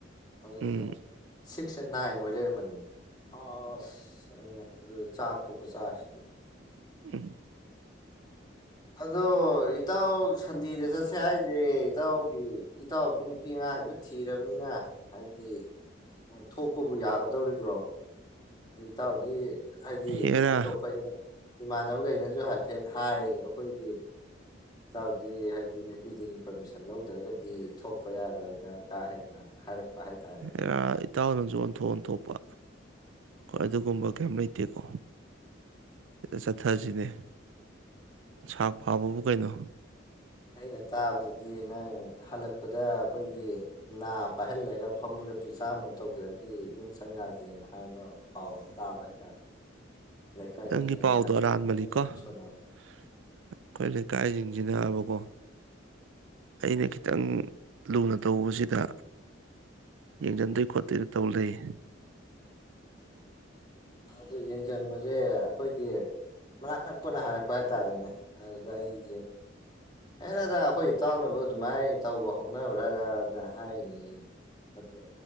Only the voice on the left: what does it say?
<unintelligible>
ꯁꯤꯛꯁꯦ ꯅꯥꯏꯟ ꯑꯣꯏ ꯂꯩꯔꯝꯕꯅꯤ ꯑꯁ ꯑꯩꯅ ꯑꯗꯨꯗ ꯆꯥꯛ ꯆꯥꯛꯄ ꯈꯨꯆꯥꯛꯁꯤꯗꯤ
ꯑꯗꯣ ꯏꯇꯥꯎ ꯁꯟꯗꯦꯗ ꯆꯠꯁꯤ ꯁꯦ ꯍꯥꯏꯁꯦ ꯏꯇꯥꯎꯒꯤ ꯏꯇꯥꯎꯗꯤ ꯅꯨꯄꯤ ꯑꯉꯥꯡꯁꯨ ꯊꯤꯔꯕꯅꯤꯅ ꯍꯥꯏꯗꯤ ꯊꯣꯛꯄꯕꯨ ꯌꯥꯒꯗꯧꯔꯤꯕ꯭ꯔꯣ ꯏꯇꯥꯎꯗꯤ ꯍꯥꯏꯗꯤ
ꯑꯇꯣꯞꯄ ꯏ ꯏꯃꯥꯟꯅꯕꯈꯩꯅꯁꯨ ꯍꯥꯏꯐꯦꯠ ꯍꯥꯏ ꯑꯩꯈꯣꯏꯒꯤ ꯏꯇꯥꯎꯗꯤ ꯍꯥꯏꯗꯤ ꯅꯨꯄꯤꯗꯒꯤ ꯄꯔꯃꯤꯁꯟ ꯂꯧꯗ꯭ꯔꯒꯗꯤ ꯊꯣꯛꯄ ꯌꯥꯔꯣꯏꯅ ꯀꯥ ꯍꯦꯟꯅ ꯍꯥꯏꯔꯛꯄ ꯍꯥꯏꯇꯥꯔꯦ
ꯑꯩꯅ ꯇꯥꯕꯗꯗꯤ ꯅꯪ ꯍꯜꯂꯛꯄꯗ ꯑꯩꯈꯣꯏꯒꯤ ꯅꯥ ꯄꯥꯏꯍꯜꯂꯒ ꯐꯝꯃꯨ ꯂꯦꯞꯄꯨ ꯆꯥꯝꯃ ꯇꯧꯗ꯭ꯔꯗꯤ ꯌꯨꯝ ꯆꯪ ꯌꯥꯗꯦꯅ ꯍꯥꯏꯕ ꯄꯥꯎ ꯑꯃ ꯇꯥꯕ ꯍꯥꯏꯇꯥꯔꯦ ꯂꯩꯀꯥꯏ
ꯃꯤꯈꯩꯅ
ꯍꯥꯏꯐꯦꯠ
ꯃꯤ
ꯁꯣꯟꯅꯕꯗ
ꯑꯗꯨ ꯌꯦꯡꯁꯤꯟꯕꯁꯦ ꯑꯩꯈꯣꯏꯒꯤ ꯃꯅꯥꯛ ꯅꯛꯄꯅ ꯍꯥꯏꯔꯛꯄ ꯍꯥꯏꯇꯥꯔꯦꯅꯦ ꯑꯗꯨꯗ ꯑꯩꯁꯦ ꯍꯦꯔꯥꯗ ꯑꯩꯈꯣꯏ ꯏꯇꯥꯎꯅꯕꯨ ꯑꯗꯨꯃꯥꯏꯅ ꯇꯧꯕ ꯍꯧꯅꯕ꯭ꯔꯅ ꯍꯥꯏꯔꯤꯅꯦ ꯑꯗꯨꯗ